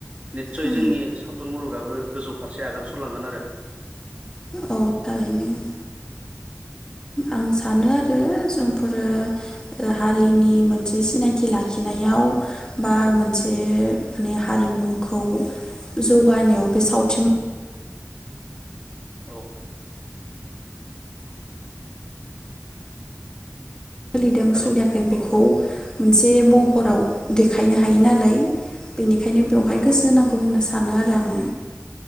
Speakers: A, on the right; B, on the left.
A: निस्सय
B: औ
A: जोंनि सावथुन मुलुगाबो गोजौ। फारसे आगान सुरलांगोन आरो।
B: औ थारैनो। आं सानो आरो जों बेफोरो हारिनि मोनसे सिनायथि लाखिनायाव बा मोनसे माने हारिमुखौ जौगानायाव बे सावथुन
A: औ
B: सोलिदों
A: हेल'
B: सोलियाखै
A: औ
B: बेखौ
A: औ
B: मोनसे महराव दे खायनो हायो नालाय। बेनिखायनो बेवहाय
A: औ
B: गोसो होनांगौ होनना सानो आरो आङो।